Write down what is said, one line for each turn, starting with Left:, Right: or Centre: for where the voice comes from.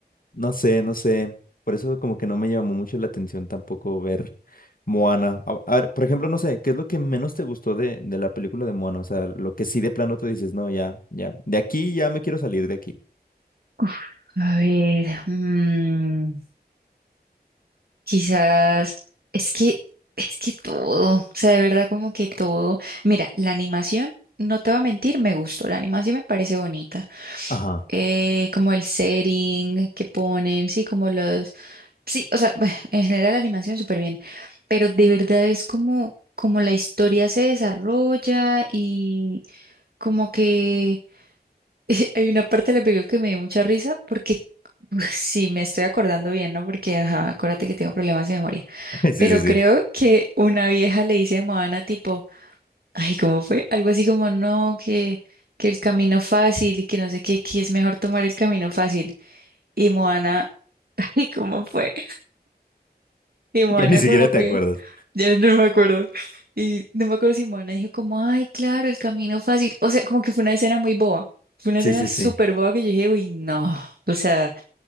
Left: No sé, no sé. Por eso como que no me llamó mucho la atención tampoco ver Moana. A, a ver, por ejemplo, no sé, ¿qué es lo que menos te gustó de, de la película de Moana? O sea, lo que sí de plano tú dices, no, ya, ya, de aquí ya me quiero salir de aquí.
Right: Uf, a ver. mm, Quizás es que es que todo, o sea, de verdad como que todo. Mira, la animación, no te voy a mentir, me gustó, la animación me parece bonita.
Left: Ajá.
Right: Eh, como el setting que ponen, sí, como los, sí, o sea, <laughs> en general la animación súper bien, pero de verdad es como como la historia se desarrolla y como que <laughs> hay una parte de la película que me dio mucha risa porque <laughs> sí, me estoy acordando bien, ¿no? Porque ajá, acuérdate que tengo problemas de memoria.
Left: <laughs> Sí,
Right: Pero
Left: sí, sí.
Right: creo que una vieja le dice a Moana tipo, ay, ¿cómo fue? Algo así como, no, que, que el camino fácil y que no sé qué, que es mejor tomar el camino fácil. Y Moana, <laughs> ay, ¿cómo fue? Y Moana
Left: Ya ni siquiera
Right: como
Left: te
Right: que,
Left: acuerdas.
Right: ya no me acuerdo. Y no me acuerdo si Moana dijo como, ay, claro, el camino fácil. O sea, como que fue una escena muy boba. Fue una
Left: Sí,
Right: escena
Left: sí,
Right: súper
Left: sí.
Right: boba que yo dije, uy, no. O sea,